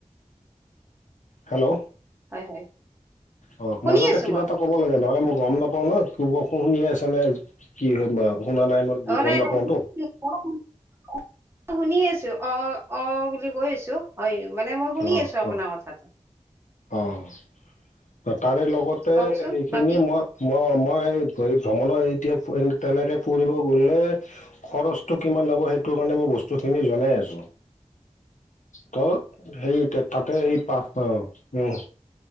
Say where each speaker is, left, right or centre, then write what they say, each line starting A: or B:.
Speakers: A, on the left (about 75°); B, on the right (about 20°).
A: হেল্ল'।
B: হয় হয়।
A: অ
B: শুনি
A: মাজতে
B: আছো
A: কিবা
B: মই
A: এটা ক'ব লাগে নহ'লে মই গম নাপাও ন কব শুনিয়ে আছে নে কি হয় শুনা নাই মই
B: অ
A: গম
B: নাই
A: নাপাওঁতো
B: নাই <unintelligible> অ শুনি আছো, অ অ বুলি কৈ আছো। হয় মানে মই শুনি
A: অ
B: আছোঁ আপোনাৰ
A: অ
B: কথাট।
A: অ তাৰে লগতে
B: কওকচোন
A: সেইখিনি
B: বাকী
A: মই মই মই ভ্ৰমণৰ এতিয়া তেনেকে ফুৰিব গলে খৰচটো কিমান লব সেইটোৰ কাৰণে মই বস্তু খিনি জনাই আছোঁ। ত সেই তাতে এই পাঁচটা অ উম।